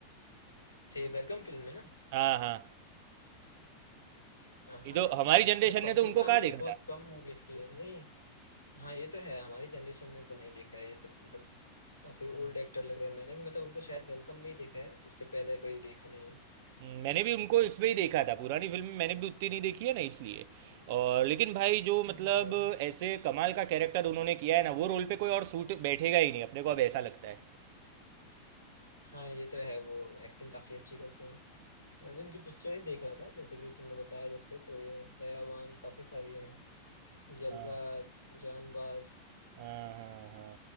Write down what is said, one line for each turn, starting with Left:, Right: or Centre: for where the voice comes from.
Left: थे वेलकम फिल्म में ना
Right: हाँ हाँ नहीं
Left: हाँ
Right: तो हमारी
Left: मतलब
Right: जनरेशन
Left: फरदीन
Right: ने तो उनको
Left: खान
Right: कहाँ
Left: ने भी
Right: देखा
Left: बहुत कम मूवीज की है नहीं हाँ ये तो है हमारी जनरेशन ने तो नहीं देखा है ये तो मतलब काफी ओल्ड
Right: था
Left: एक्टर लग रहे हैं मैंने भी मतलब उनको शायद वेलकम में ही देखा है उसके पहले कोई देखा नहीं
Right: हम्म, मैंने भी उनको इसमें ही देखा था पुरानी फिल्म मैंने भी उतनी नहीं देखी है ना इसलिए और लेकिन भाई जो
Left: हम्म।
Right: मतलब
Left: और
Right: ऐसे कमाल का कैरेक्टर उन्होंने किया है ना वो रोल पे कोई और सूट बैठेगा ही नहीं अपने को अब ऐसा लगता है
Left: हाँ ये तो है वो एक्टिंग काफी अच्छी करते हैं मैं भी उनकी पिक्चर ही देख रहा था जैसे कि तुमने बताया जब से तो ये दयावान काफी सारी हैं यलगार
Right: हाँ
Left: जानबाज
Right: हाँ हाँ हाँ